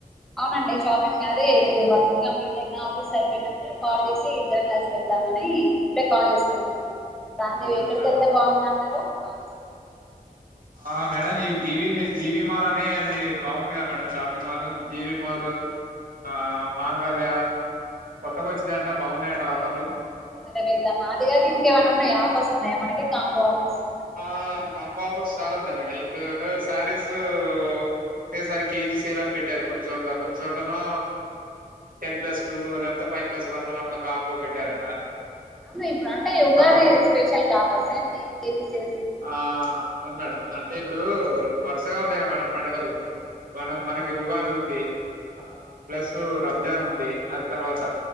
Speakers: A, in the centre; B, on the right.
A: అవునండి షాపింగ్ అది వర్క్ కంప్లీట్ అయిన ఆఫీస్ అయిపోయినక కాల్ చేసి ఇద్దరం కలిసి వెళ్దామని ఇప్పుడే కాల్ చేస్తున్నా నేన్ దాంటే
B: అవునా
A: ఎక్కడికి
B: మేడం
A: వెళ్తే బావుందంటారు మా ఆఫీస్ కి
B: ఆ మేడం ఈ జీవి జీవీ మాల్ అని అది బాగుంది కద madam shopping mall GV mall ఆ మాంగాళ్యా కొత్తగా వచ్చినాయంట బాగున్నాయట ఆఫర్లు.
A: ఆటే మర మేల్దమ్మా <unintelligible> అదిే కా ఏమైన్నాయి ఆఫర్స్ ఉన్నాయా మనకి కాంబో ఆఫర్స్సు
B: ఆ కాంబోఆఫర్స్ చాలా ఉంటయ్ మేడం ఇప్ ఇప్పుడు శారీసు ఒక్కటే సారి కేజీ సేల్ అని పెట్టారు కొన్ని చోట్ల, కొన్ని చోట్లలేమో టెన్ ప్లస్ టూ లేకపోతే ఫైవ్ ప్లస్ వన్ అట్లా కాంబో పెట్టారట.
A: అవునా ఇప్పుడు అంటే
B: అట్లా
A: ఉగాది
B: బాగున్నాయి మేడం.
A: స్పెషల్క ఆఫర్స్ సా ఏంటి కేజీ సెల్సు
B: ఆ అవును మేడం అంటే ఇప్పుడు వరుసగా ఉన్నాయి కదా మేడం పండుగలు మనం మనకి ఉగాది ఉంది ఆ ప్లస్ రంజాన్ ఉంది అది తర్వాత